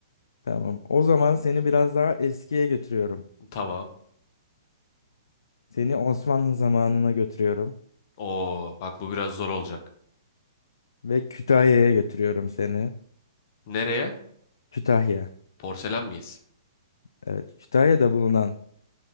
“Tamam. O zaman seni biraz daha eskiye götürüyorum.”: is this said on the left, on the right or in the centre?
Left